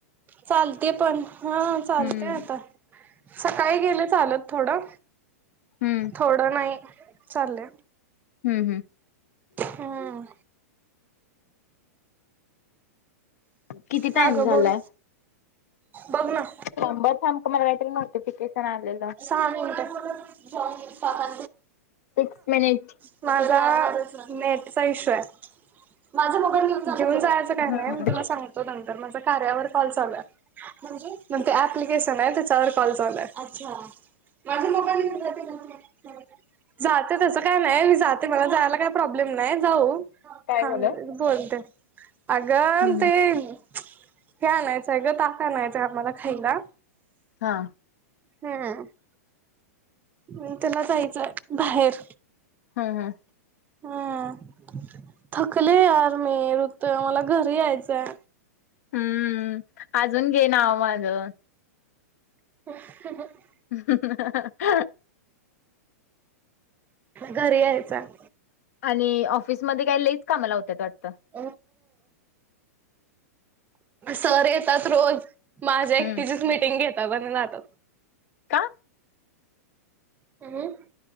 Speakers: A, on the right; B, on the left.
A: चालतंय पण हां, चालतंय
B: हम्म.
A: आता. सकाळी गेले चालत थोडं,
B: हम्म,
A: थोडे नाही चालले.
B: हं ह.
A: हं.
B: किती
A: का
B: टाइम
A: गं
B: झालाय?
A: बोल, बोल ना.
B: शंभर थांब तुम्हाला काहीतरी नोटिफिकेशन आलेलं
A: सहां मिनिटं
B: सिक्स मिनिट.
A: <inaudible> माझा नेटचा इश्यू आहे. माझं मोबाईल घेऊन जा, घिऊन जायाचं काही
B: हम्म
A: नाही, मी तुला सांग तो नंतर माझा कार्यावर कॉल चालू आहे, म्हणजे मंग ते ॲप्लिकेशन आहे, त्याच्यावर कॉल चालू आहे. अच्छा! माझं मोबाईल घेवून जाती - जातें, त्याच काय नाही, मी जाते मला जायला कायं? प्रॉब्लेम नाही जाऊ. हां
B: काय
A: थांब
B: झालं?
A: मी बोलते अगं
B: हम्म
A: तें
B: हम्म
A: - हे आणायचंय ग ताक आणायचंय आम्हाला खायला.
B: हा
A: <unintelligible> हम्म, त्याला जायचंय बाहेर.
B: हां-हा.
A: हम्मं थकले यार् मी ऋतू मला घरी यायचंय.
B: हम्म्. अजून घें नाव माझं.
A: <inaudible>
B: <inaudible>
A: घरी यायचां-
B: आणि ऑफिसमध्ये काय लईच काम लावत्यात वाटतं.
A: <unintelligible> सर येतात रोज. माझ्या ऐकटीचीच
B: हम्म
A: मिटींग घेता बघं ना आता.
B: का?
A: <inaudible>